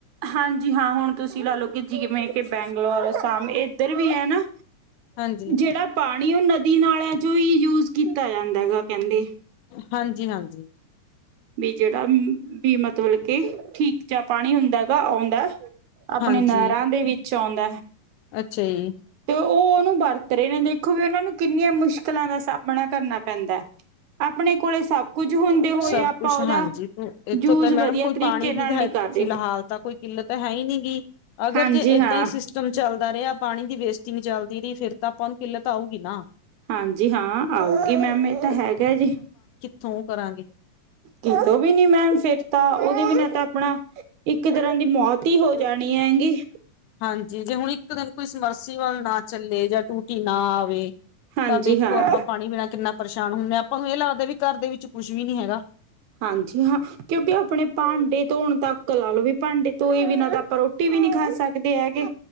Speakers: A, on the right (about 75°); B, on the left (about 80°).
A: ਹਾਂਜੀ ਹਾਂ। ਹੁਣ ਤੁਸੀਂ ਲਾ ਲੋਓ ਕਿ ਜਿਵੇਂ ਕਿ ਬੈਂਗਲੋਰ ਅਸਾਮ ਏਦਰ ਵੀ ਏ ਨਾ।
B: ਹਾਂਜੀ
A: ਜੇੜਾ ਪਾਣੀ ਓ ਨਦੀ ਨਾਲਿਆਂ ਚੋਂ ਈ ਯੂਜ ਕੀਤਾ ਜਾਂਦਾ ਗਾ ਕਹਿੰਦੇ
B: ਹਾਂਜੀ-ਹਾਂਜੀ।
A: ਵੀ ਜਿਹੜਾ ਵੀ ਮਤਲਬ ਕੇ ਠੀਕ ਚ ਪਾਣੀ ਹੁੰਦਾ ਗਾ ਆਉਂਦਾ ਆਪਣੇ
B: ਹਾਂਜੀ
A: ਨੈਰਾਂ ਦੇ ਵਿੱਚ ਆਉਂਦਾ ਹੈ।
B: ਅੱਛਾ ਜੀ।
A: ਤੇ ਓ ਓਨੂੰ ਵਰਤ ਰਹੇ ਨੇ ਦੇਖੋ ਵੀ ਓਨਾਂ ਨੂੰ ਕਿੰਨੀਆਂ ਮੁਸ਼ਕਿਲਾਂ ਦਾ ਸਾਹਮਣਾ ਕਰਨਾ ਪੈਂਦਾ।
B: <inaudible>
A: ਆਪਣੇ ਕੋਲੇ ਸਭ ਕੁੱਝ ਹੁੰਦੇ ਹੋਏ
B: ਸਭ
A: ਆਪਾਂ
B: ਕੁਛ
A: ਉਹਦਾ
B: ਹਾਂਜੀ। ਇੱਥੋਂ
A: ਯੂਜ
B: ਤਾਂ ਮੈਡਮ
A: ਵਧੀਆ
B: ਕੋਈ
A: ਤਰੀਕੇ
B: ਪਾਣੀ ਦੀ
A: ਨਾਲ
B: ਤਾਂ
A: ਨੀ ਕਰ ਰਹੇ।
B: ਫਿਲਹਾਲ ਤਾਂ ਕੋਈ ਕਿੱਲਤ ਹੈ ਈ ਨੀ ਗੀ ਅਗਰ
A: ਹਾਂਜੀ
B: ਜੇ ਇੱਦਾਂ
A: ਹਾਂ,
B: ਈ ਸਿਸਟ ਸਟਮ ਚੱਲਦਾ ਰਿਆ ਪਾਣੀ ਦੀ ਵੇਸਟਿੰਗ ਚੱਲਦੀ ਰਈ ਫੇਰ ਤਾਂ ਆਪਾਂ ਓਨੂੰ ਕਿੱਲਤ ਆਊਗੀ ਨਾ
A: ਹਾਂਜੀ ਹਾਂ। ਆਉਗੀ ਮੈਮ ਏ ਤਾਂ ਹੈਗਾ ਜੀ।
B: ਉਥੋਂ ਓ ਕਰਾਂਗੇ।
A: ਕਿਤੋਂ ਵੀ ਨੀ ਮੈਂ ਫਿਰ ਤਾਂ ਓਦੇ ਬਿਨਾਂ ਤਾਂ ਆਪਣਾ ਇੱਕ ਤਰ੍ਹਾਂ ਦੀ ਮੌਤ ਈ ਹੋ ਜਾਣੀ ਹੈਂਗੀ
B: ਹਾਂਜੀ ਜੇ ਹੁਣ ਇੱਕ ਦਿਨ ਕੋਈ ਸਮਰਸੀ ਵੱਲ ਨਾ ਚੱਲੇ ਜਾਂ ਟੂਟੀ ਨਾ ਆਵੇ
A: ਹਾਂਜੀ
B: ਤਾਂ ਦੇਖੋ
A: ਹਾਂ।
B: ਆਪਾਂ ਪਾਣੀ ਬਿਨਾ ਕਿੰਨਾ ਪਰੇਸ਼ਾਨ ਹੁੰਨੇ ਆ ਆਪਾਂ ਨੂੰ ਐ ਲੱਗਦਾ ਵੀ ਘਰ ਦੇ ਵਿੱਚ ਕੁਛ ਵੀ ਨੀ ਹੈਗਾ।
A: ਹਾਂਜੀ ਹਾਂ। ਕਿਉਂਕਿ ਆਪਣੇ ਭਾਂਡੇ ਧੋਣ ਤੱਕ ਲਾ ਲਓ ਵੀ ਭਾਂਡੇ ਧੋਏ ਬਿਨਾਂ ਤਾਂ ਆਪਾਂ ਰੋਟੀ ਵੀ ਨੀ ਖਾ ਸਕਦੇ ਹੈਗੇ।